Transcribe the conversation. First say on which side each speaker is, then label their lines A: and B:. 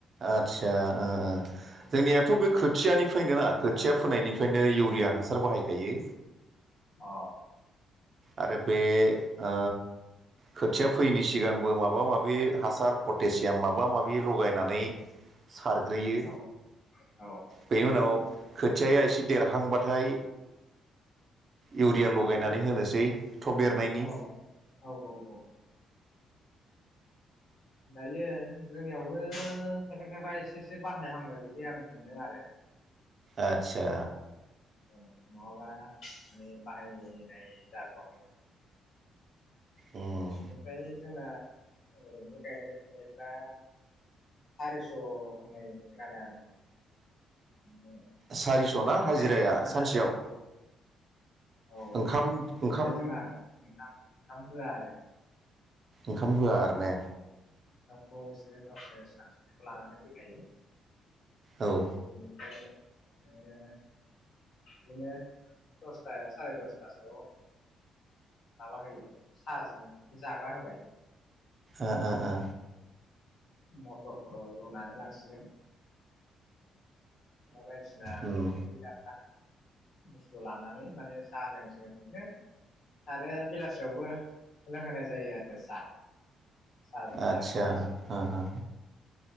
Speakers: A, on the right; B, on the left.
A: आदसा ओ ओ
B: खिन्थु
A: जोंनियाथ' बे खोथियानिफ्रायनो ना खोथिया फोनायनिफ्रायनो इउरिया हासार बाहायखायो।
B: अ
A: आरो बे ओ खोथिया फैयैनि सिगांबो माबा माबि हासार पटेसियाम माबा माबि लगायनानै सारग्रोयो
B: औ औ
A: बेनि उनाव खोथिया एसे देरहांबाथाय इउरिया
B: दायो
A: लगायनानै होनोसै थब देरनायनि
B: औ औ औ औ दायो जोंनियावबो खायफा खायफा एसे एसे बाहायहांबाय बिदि आं मोनदों आरो
A: आतसा
B: औ नङाबा माने बाहायनाय जाथ'वाखैमोन।
A: उम
B: बिनिफ्राय जोंना ओरैनो गायनाय फुनायफ्रा। सारिस' होननाय खोनादो आं। माने
A: सारिस' ना हाजिराया
B: गायग्राफोरना
A: सानसेयाव।
B: हा औ
A: ओंखाम
B: बेनिफ्राय
A: ओंखाम
B: जोंना ओंखाम ओंखाम होआ आरो।
A: ओंखाम होआ आरो ने।
B: गावखौ बिसोरो गावसोर सानस्रिनायखौ लानानै फैखायो।
A: औ ओ
B: बिनिफ्राय ओ। बिदिनो दसता सारिदसथा सोआव। माबा होयोबाय साहाजों जाग्रा होबाय।
A: ओ ओ ओ
B: मटरफोर रुनानै लांसिगोन। दा बायदिसिना
A: उम
B: ओंखामखै जाब्रा। बुस्थु लानानै माने साहा लोंसिगोन बिदिनो। आरो बेलासियावबो लोंहोनाय जायो आरो साहा। साहाजों
A: आदसा
B: जाग्रा मोनसे।
A: हो हो